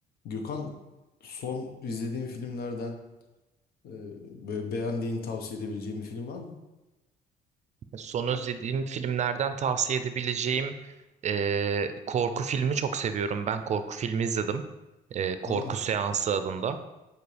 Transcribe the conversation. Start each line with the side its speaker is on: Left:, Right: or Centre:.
Left: Gökhan son izlediğin filmlerden e, böyle beğendiğin tavsiye edebileceğin bir film var mı?
Right: Son izlediğim filmlerden tavsiye edebileceğim e, korku filmi çok seviyorum. Ben korku filmi izledim. E, Korku
Left: Ha.
Right: Seansı adında.